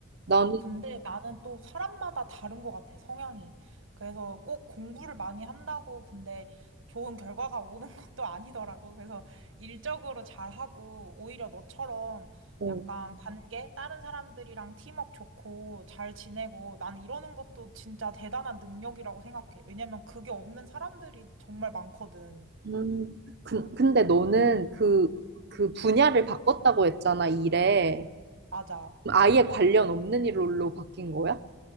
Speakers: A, on the right; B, on the right.
A: 나는,
B: 아, 근데 나는 또 사람마다 다른 것 같아, 성향이. 그래서 꼭 공부를 많이 한다고, 근데 좋은 결과가 오는 <laughs> 것도 아니더라고. 그래서 일적으로 잘하고, 오히려 너처럼
A: 어,
B: 약간 관계, 다른 사람들이랑 팀워크 좋고, 잘 지내고, 나는 이러는 것도 진짜 대단한 능력이라고 생각해. 왜냐면 그게 없는 사람들이 정말 많거든.
A: 음, 그, 근데 너는 그, 그 분야를 바꿨다고 했잖아, 일에.
B: 맞아.
A: 그럼 아예 관련 없는 일로 바뀐 거야?